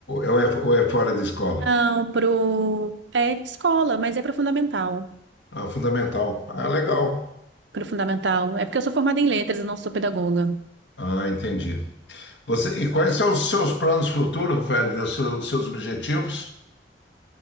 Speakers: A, on the left (about 75°); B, on the right (about 80°).
A: ou é, ou é fora da escola?
B: Não, pro... É escola, mas é pro fundamental.
A: Ah, fundamental. Ah, legal.
B: Pro fundamental. É porque eu sou formada em letras, eu não sou pedagoga.
A: Ah, entendi. Você, e quais são os seus planos futuros, Rafael, os seus, seus objetivos?